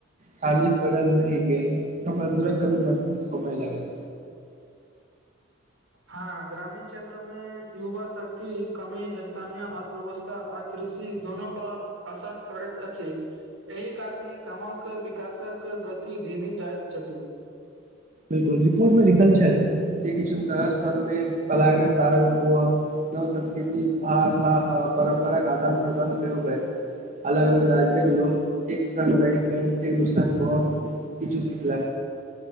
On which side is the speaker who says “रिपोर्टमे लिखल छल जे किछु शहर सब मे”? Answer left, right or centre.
Right